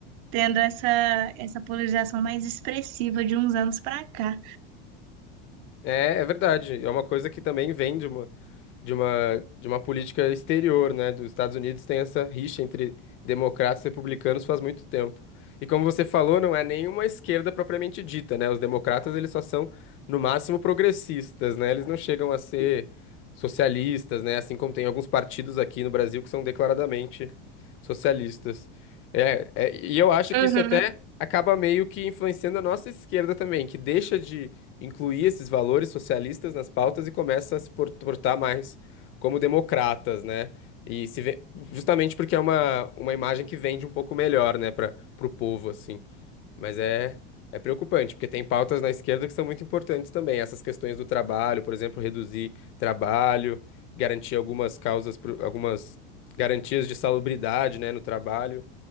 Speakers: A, on the right; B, on the left.
A: tendo essa, essa polarização mais expressiva de uns anos para cá.
B: É, é verdade. É uma coisa que também vende. de uma, de uma política exterior, né, dos Estados Unidos, tem essa rixa entre democratas e republicanos faz muito tempo. E como você falou, não é nenhuma esquerda propriamente dita, né? Os democratas, eles só são, no máximo, progressistas, né? Eles não chegam a ser socialistas, né? Assim como tem alguns partidos aqui no Brasil que são declaradamente socialistas. É, é, e eu acho
A: Uhum,
B: que isso até acaba meio que influenciando a nossa esquerda também, que deixa de incluir esses valores socialistas nas pautas e começa a se por- portar mais como democratas, né? E se vê, justamente porque é uma, uma imagem que vende um pouco melhor, né, para o povo, assim. Mas é, é preocupante, porque tem pautas na esquerda que são muito importantes também. Essas questões do trabalho, por exemplo, reduzir trabalho, garantir algumas causas, pro- algumas garantias de salubridade, né, no trabalho.